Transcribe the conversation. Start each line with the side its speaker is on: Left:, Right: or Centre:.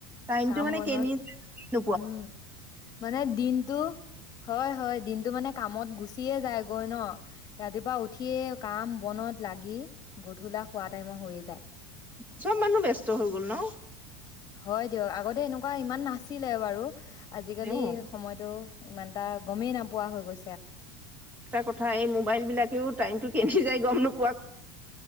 Right: টাইমটো
Left: কাম
Right: মানে
Left: বনত
Right: কেনি যায় <unintelligible>
Left: উম মানে দিনটো হয় হয় দিনটো মানে কামত গুচিয়ে যায়গৈ ন ৰাতিপুৱা উঠিয়ে কাম বনত লাগি গধূলা খোৱা টাইমৰ হৈয়ে যায়
Right: চব মানুহ ব্যস্ত হৈ গ'ল ন
Left: হয় দিয়ক আগতে এনেকুৱা ইমান নাছিলে বাৰু আজিকালি
Right: এটা
Left: সময়টো ইমান এটা গমেই নাপোৱা হৈ গল
Right: এটা কথা এই মোবাইল বিলাকেও টাইমতটো কে যায় গ <unintelligible>